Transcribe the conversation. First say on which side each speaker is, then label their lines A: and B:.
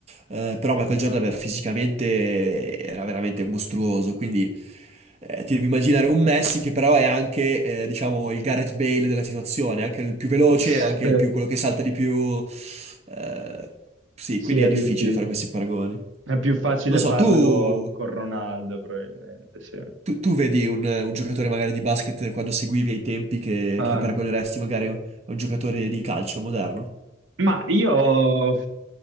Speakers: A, on the right; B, on the right.
A: eh, però Michael Jordan era- fisicamente era veramente mostruoso, quindi eh, ti devi immaginare un Messi che però è anche, eh, diciamo, il Gareth Bale della situazione, anche il più veloce,
B: Sì,
A: anche il più, quello che salta di più. Eh, sì,
B: sì,
A: quindi
B: è
A: è difficile
B: difficile.
A: fare questi paragoni.
B: È più facile
A: Non so,
B: farlo
A: tu,
B: con Ronaldo, probabilmente, sì.
A: tu- tu vedi un, un giocatore magari di basket quando seguivi ai tempi che,
B: Ah.
A: che paragoneresti magari a un giocatore di calcio moderno?
B: Ma io,